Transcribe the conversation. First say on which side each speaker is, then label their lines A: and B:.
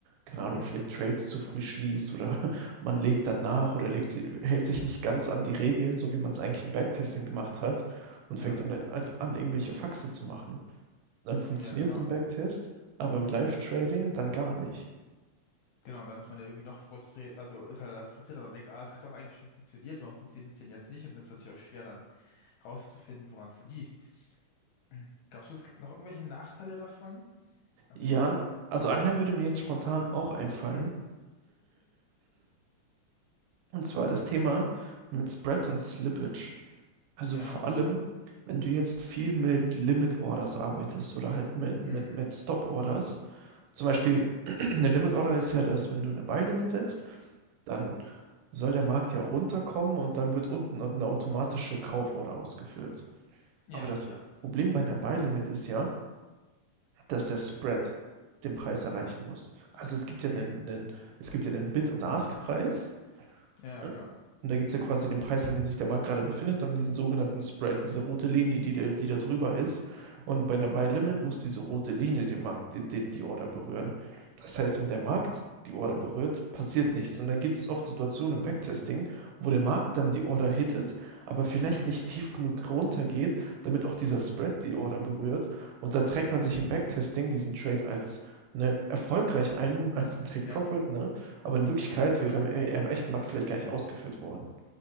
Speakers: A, on the right (about 80°); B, on the left (about 75°).
A: keine Ahnung,
B: Mhm.
A: vielleicht Trades zu früh schließt oder <laughs> man legt dann nach oder legt sie, hält sich nicht ganz an die Regeln, so wie man es eigentlich im Backtesting gemacht hat und
B: Ja,
A: fängt dann halt, halt an, irgendwelche Faxen zu machen. Dann funktioniert
B: ja, genau.
A: es im Backtest, aber im Live-Trading dann gar nicht.
B: Genau, und dann ist man ja irgendwie noch frustriert, also ist halt da frustriert, aber man denkt, ah, es hat doch eigentlich schon funktioniert, warum funktioniert es denn jetzt nicht? Und es ist natürlich auch schwer, dann rauszufinden, woran es liegt. <clears throat> Glaubst du, es gibt noch irgendwelche Nachteile davon? Also
A: Ja,
B: wir. f-
A: also einer würde mir jetzt spontan auch einfallen,
B: Mm,
A: und zwar das Thema mit Spread und Slippage. Also
B: ja.
A: vor allem, wenn du jetzt viel mit Limit Orders arbeitest oder halt mit,
B: Mm,
A: mit, mit Stop Orders. Zum Beispiel, <clears throat> eine Limit Order ist ja das, wenn du eine Buy Limit setzt, dann soll der Markt ja runterkommen und dann wird unten eine automatische Kauforder ausgeführt.
B: yes,
A: Aber das
B: ja.
A: Problem bei einer Buy Limit ist ja, dass der Spread den Preis erreichen muss. Also es gibt ja
B: Mm,
A: einen, einen, es gibt ja einen Bid- und Ask-Preis
B: ja,
A: Ne?
B: ja, klar.
A: Und da gibt es ja quasi den Preis, an dem sich der Markt gerade befindet, und diesen sogenannten Spread, diese rote Linie, die, da- die da drüber ist. Und bei einer Buy Limit muss diese rote Linie den Markt, den, den, die Order berühren. Das heißt, wenn der Markt die Order berührt, passiert nichts. Und dann gibt es oft Situationen im Backtesting, wo der Markt dann die Order hittet, aber vielleicht
B: Mm,
A: nicht tief genug runtergeht, damit auch dieser Spread die Order berührt. Und dann trägt man sich im Backtesting diesen Trade als ne, erfolgreich ein, als ein Take
B: ja.
A: Profit, ne? Aber in Wirklichkeit wäre er im, er im echten
B: <clears throat>
A: Markt vielleicht gar nicht ausgeführt worden.